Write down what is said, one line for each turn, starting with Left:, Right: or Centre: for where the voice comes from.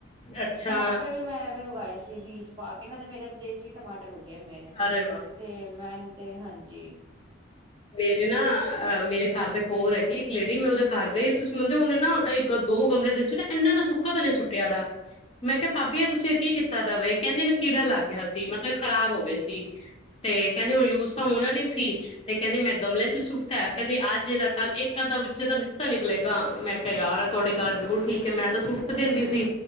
Left: ਅੱਛਾ
Right: ਟਮਾਟਰ ਵੀ ਮੈਂ ਉਗਾਏ ਸੀ ਬੀਜ ਪਾ ਕੇ ਨਾ ਤੇ ਮੇਰੇ ਦੇਸੀ ਟਮਾਟਰ ਰੁਕਿਆ ਮੇਰੇ ਤੇ
Left: ਅਰੇ ਵਾਹ
Right: ਤੇ ਮੈਂ ਤੇ ਹਨ ਜੀ।
Left: ਮੇਰੇ ਨਾ ਅ ਮੇਰੇ ਘਰ ਦੇ ਕੋਲ ਹੈਗੀ ਹੈ, ਇੱਕ ਲੇਡੀ ਮੈਂ ਉਹਦਾ ਘਰ ਗਈ, ਤੁਸੀਂ ਮੰਦੇ ਉਹਨੇ ਨਾ ਇੱਕ ਦੋ ਗਮਲੇ ਦੇ ਵਿੱਚ ਨਾ ਇਨਾ ਸੁੱਕਾ ਤਨਿਆ ਸੁੱਟਿਆ ਦਾ ਮੈਂ ਕਿਹਾ ਭਾਬੀ ਤੁਸੀਂ ਕੀ ਕੀਤਾ ਦਾ ਕਹਿੰਦੇ ਇਹਨੂੰ ਕੀੜਾ ਲੱਗ ਗਿਆ ਸੀ ਮਤਲਬ ਖ਼ਰਾਬ ਹੋ ਗਏ ਸੀ ਤੇ ਕਹਿੰਦੇ ਹ ਯੂਜ ਤਾਂ ਹੋਣਾ ਨੀ ਸੀ। ਤੇ ਕਹਿੰਦੀ ਮੈਂ ਗਮਲੇ ਚ ਸੁੱਟਤਾ ਕਹਿੰਦੀ, ਅੱਜ ਦਾ ਕੱਲ ਇੱਕ ਅੱਧਾ ਵਿੱਚ ਤਾ ਨਿਕਲੇਗਾ ਮੈਂ ਕਿਹਾ ਯਾਰ ਤੁਹਾਡੀ ਗੱਲ ਬਿਲਕੁਲ ਠੀਕ ਹ ਮੈਂ ਤਾਂ ਸੂਟ ਦਿੰਦੀ ਸੀ